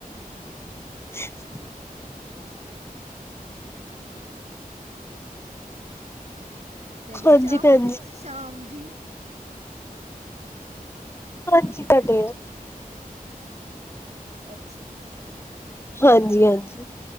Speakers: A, on the left (about 15°); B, on the right (about 45°).
A: <inaudible>
B: ਭੈਣ ਜੀ
A: ਹਾਂਜੀ,
B: ਚਾਹ
A: ਭੈਣ
B: ਪੀ ਲਈ
A: ਜੀ।
B: ਤੁਸੀਂ ਸ਼ਾਮ ਦੀ
A: ਹਾਂਜੀ, ਤਾਡੇ <inaudible>
B: ਅੱਛਾ- ਅੱਛਾ,
A: ਹਾਂਜੀ-ਹਾਂਜੀ,